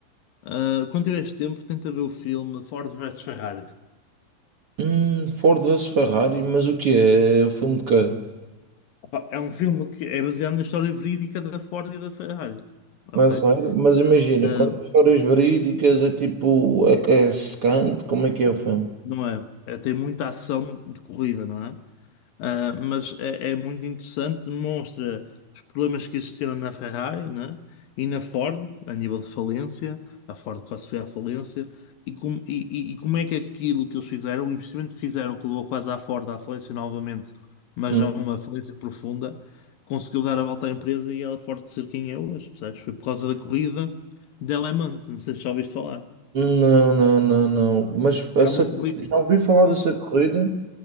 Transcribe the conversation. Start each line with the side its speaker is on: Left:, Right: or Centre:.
Left: Ah, quando tiveres tempo, tenta ver o filme Ford versus Ferrari.
Right: Hum, Ford versus Ferrari, mas o que é? O filme de quê?
Left: Opá, é um filme que é baseado na história verídica da Ford e da Ferrari. Ok?
Right: Não é sério? Mas imagina,
Left: Ah,
Right: quando histórias verídicas é tipo, é, que é secante, como é que é o filme?
Left: não é, é- Tem muita ação de corrida, não é? Ah, mas é, é muito interessante, demonstra os problemas que existiram na Ferrari, né? E na Ford, a nível de falência, a Ford quase foi à falência, e, como- e- e- e como é que aquilo que eles fizeram, o investimento que fizeram, que levou quase à Ford à falência novamente, mas
Right: Hum,
Left: já uma falência profunda, conseguiu dar a volta à empresa e a Ford ser quem é hoje, percebes? Foi por causa da corrida de Le Mans, não sei se já ouviste falar.
Right: Não, não, não, não. Mas essa,
Left: Há uma corrida.
Right: já ouvi falar dessa corrida,